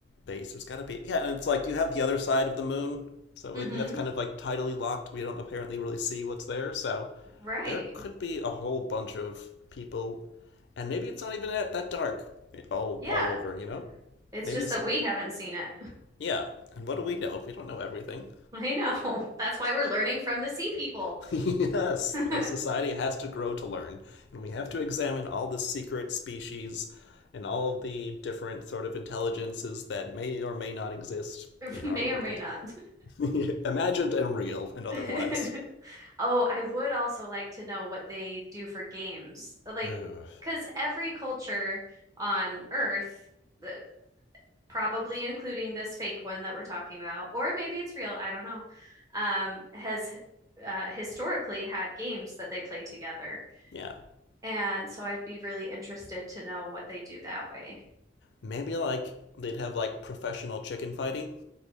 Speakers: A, on the left; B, on the right.
A: base, there's got to be. Yeah, and it's like you have the other side of the moon, so
B: Mm-hmm.
A: it, and that's kind of like tidally locked. We don't apparently really see what's there, so
B: Right.
A: there could be a whole bunch of people, and maybe it's not even that, that dark all
B: Yeah.
A: all over. You know,
B: It's
A: maybe
B: just
A: it's
B: that we haven't seen it.
A: yeah. And what do we know? We don't know everything.
B: <laughs> I know. That's why we're learning from the sea people.
A: <laughs> yes,
B: <laughs> May
A: our society has to grow to learn, and we have to examine all the secret species and all of the different sort of intelligences that may or may not exist
B: or
A: in our world,
B: may not.
A: <laughs> imagined and real and otherwise.
B: <laughs> Oh, I would also like to know what they do for games. uh, Like,
A: Ugh.
B: because every culture on Earth, the, probably including this fake one that we're talking about, or maybe it's real, I don't know, um, has uh, historically had games that they play together.
A: Yeah,
B: And so I'd be really interested to know what they do that way.
A: maybe like they'd have like professional chicken fighting.